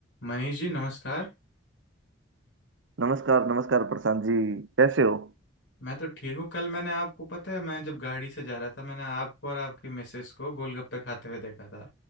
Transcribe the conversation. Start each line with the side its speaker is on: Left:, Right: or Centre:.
Left: मनीष जी नमस्कार
Right: नमस्कार नमस्कार प्रशांत जी कैसे हो
Left: मैं तो ठीक हूँ कल मैंने आपको पता है मैं जब गाड़ी से जा रहा था मैंने आपको और आपकी मिसेस को गोलगप्पे खाते हुए देखा था